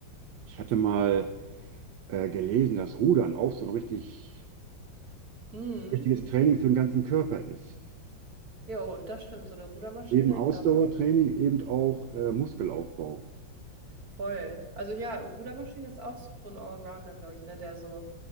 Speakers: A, on the right; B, on the right.
A: Ich hatte mal
B: Ah.
A: äh, gelesen, dass Rudern auch so ein richtig,
B: Mhm.
A: richtiges Training für den ganzen Körper ist.
B: Jo, das stimmt. So eine Rudermaschine,
A: Eben Ausdauertraining,
B: ich glaube,
A: eben auch äh, Muskelaufbau.
B: voll. Also ja, Rudermaschine ist auch so ein Allrounder, glaube ich, ne? Der so